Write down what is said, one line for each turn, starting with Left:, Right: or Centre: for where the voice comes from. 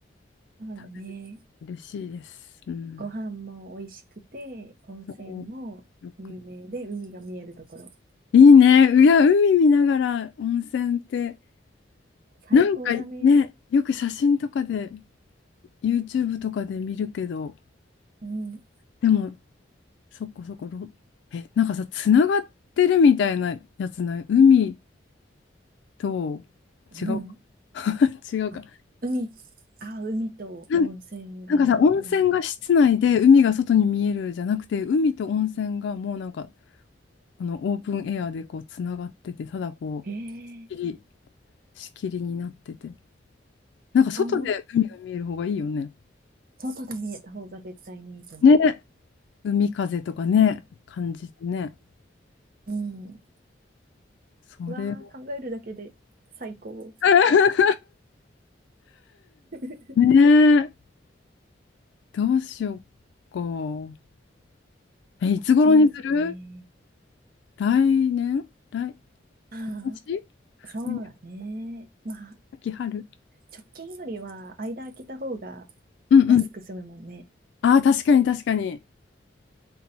Right: そうだね。
Left: 食べれる嬉しいです。うん。
Right: ご飯も美味しくて、温泉も有名で、
Left: そう。よく。
Right: 海が見えるところ。
Left: いいね。いや、海見ながら温泉って、
Right: 最高だね。
Left: なんかね、よく写真とかで、YouTube とかで見るけど、
Right: うん。
Left: でも、そこそこ、ろえ、なんかさ、つながってるみたいなやつない海と、
Right: うん。
Left: 違うか。<laughs> 違うか。
Right: あ、海、あ、海と温泉が、
Left: なんなんかさ、温泉が室内で海が外に見えるじゃなくて、
Right: なんか、
Left: 海と温泉がもうなんかあのオープンエアでこうつながってて、ただこう、
Right: へえ、
Left: 仕切り、仕切りになってて、なんか外で海が見える方がいいよね。
Right: あんま、外で見えた方が絶対にいいと思
Left: ね、海風とかね、感じてね。
Right: う。うん。
Left: それを
Right: うわあ、考えるだけで最高。
Left: <laughs>、
Right: <laughs>
Left: ねえ、どうしようか。え、いつ頃にする
Right: そうだね。
Left: 来年来、
Right: あ
Left: 今年
Right: あ、そうだね。
Left: 冬
Right: まあ、
Left: 秋春
Right: 直近よりは間空けた方が
Left: うんうん。
Right: 安く済むもんね。
Left: ああ、確かに確かに。